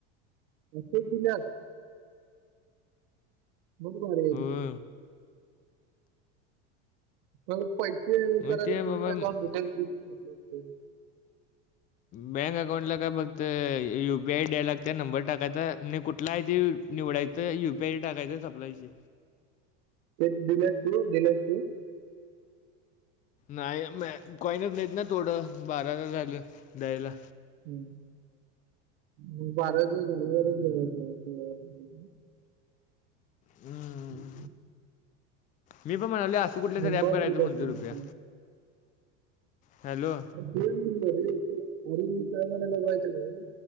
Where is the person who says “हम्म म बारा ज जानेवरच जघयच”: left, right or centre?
Right